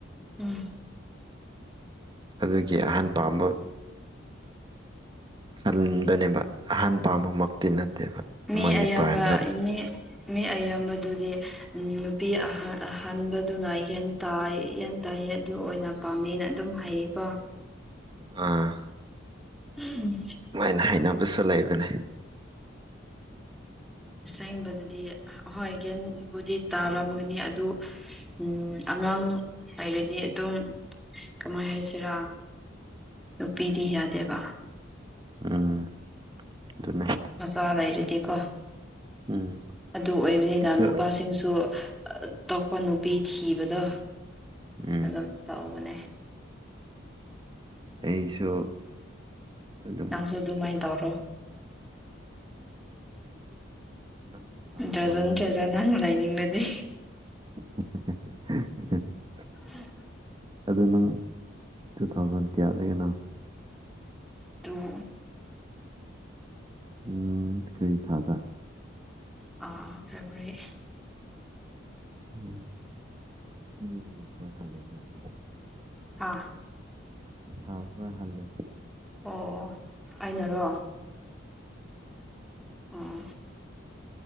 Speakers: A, in the centre; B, on the right.
A: ꯎꯝ
B: ꯑꯗꯨꯒꯤ ꯑꯍꯟ ꯄꯥꯝꯕꯗ ꯀꯟꯕꯅꯦꯕ ꯑꯍꯟ ꯄꯥꯝꯕꯃꯛꯇꯤ ꯅꯠꯇꯦꯕ
A: ꯃꯤ
B: ꯃꯣꯏꯒꯤ
A: ꯑꯌꯥꯝꯕ
B: ꯄ꯭ꯔꯥꯏꯝꯗꯣ
A: ꯃꯤ ꯃꯤ ꯑꯌꯥꯝꯕꯗꯨꯗꯤ ꯅꯨꯄꯤ ꯑ ꯑꯍꯟꯥꯟꯕꯗꯨꯅꯟ ꯇ ꯌꯦꯟ ꯇꯥꯏꯌꯦ ꯑꯗꯨ ꯑꯣꯏꯅ ꯄꯥꯝꯃꯦꯅ ꯑꯗꯨꯝ ꯍꯩꯌꯦꯀꯣ
B: ꯑꯥ
A: ꯎꯝ
B: ꯑꯗꯨꯃꯥꯏꯅ ꯍꯥꯏꯅꯕꯁꯨ ꯂꯩꯕꯅꯦ
A: ꯑꯁꯦꯡꯕꯗꯗꯤ ꯑꯍꯣꯏ ꯒꯦꯟꯕꯨꯗꯤ ꯇꯥꯔꯝꯒꯅꯤ ꯑꯗꯨ ꯎ ꯑꯉꯥꯡ ꯍꯥꯏꯔꯗꯤ ꯑꯗꯨꯝ ꯀꯃꯥꯏ ꯍꯥꯏꯁꯤꯔꯥ ꯑꯗꯨꯣꯄꯤꯤꯗꯤ ꯌꯥꯗꯦꯕ
B: ꯎꯝ ꯑꯗꯨꯅ
A: ꯃꯁꯗ ꯍꯥꯏꯔꯗꯤꯀꯣ
B: ꯎꯝ
A: ꯑꯗꯨ ꯑꯣꯏꯕꯅꯤꯅ
B: ꯑꯩꯁꯨ
A: ꯅꯨꯄꯥꯁꯤꯡꯁꯨ ꯇꯄ ꯅꯨꯄꯤ ꯊꯤꯕꯗꯣ
B: ꯎꯝ
A: ꯑꯗꯨꯗꯣ ꯇꯣꯕꯅꯦ
B: ꯑꯩꯁꯨ ꯑꯗꯨꯝ
A: ꯅꯪꯁꯨ ꯑꯗꯨꯃꯥꯏ
B: ꯀꯩꯅꯣ
A: ꯇꯧꯔꯣ
B: ꯅꯪꯕꯨ ꯍꯥꯟꯅ
A: ꯗ꯭ꯔꯖꯟ
B: ꯀꯧꯔꯒꯦꯕ
A: ꯗ꯭ꯔꯖꯟꯪ ꯂꯩꯥꯏꯅꯤꯡꯕꯗꯤ
B: ꯎ
A: ꯎꯝ
B: ꯑꯗꯨ ꯅꯪ ꯇꯨ ꯊꯥꯎꯖꯟ ꯀꯌꯥꯗꯒꯤꯅ
A: ꯇ
B: ꯎꯝ ꯀꯔꯤ ꯊꯥꯗ
A: ꯑꯥ ꯐꯦꯕꯋꯥꯔꯤ
B: ꯎꯝ ꯏꯃꯅꯤꯀ ꯍꯂꯦꯅ ꯑꯗꯨ
A: ꯍꯥꯥ
B: ꯁꯥ ꯈꯔ ꯍꯜꯂꯦ
A: ꯑꯣ ꯑꯩꯅꯔꯣ ꯑꯥ